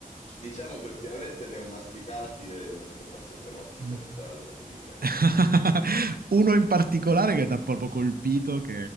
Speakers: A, on the left (about 50°); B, on the right (about 85°).
A: diciamo che ultimamente ne ho masticati e non ho passato notti
B: Mm.
A: senza dormire.
B: <laughs>
A: eh,
B: Uno
A: eh.
B: in particolare che ti ha proprio colpito, che